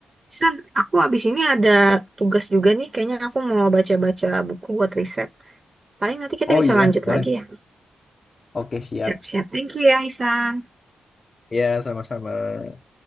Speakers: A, on the right; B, on the left.
A: San, aku abis ini ada tugas juga nih. Kayaknya aku mau baca-baca buku buat riset. Paling nanti kita
B: Oh
A: bisa
B: iya,
A: lanjut
B: boleh.
A: lagi ya.
B: Oke, siap.
A: Siap-siap. Thank you ya, Hisan.
B: Ya, sama-sama.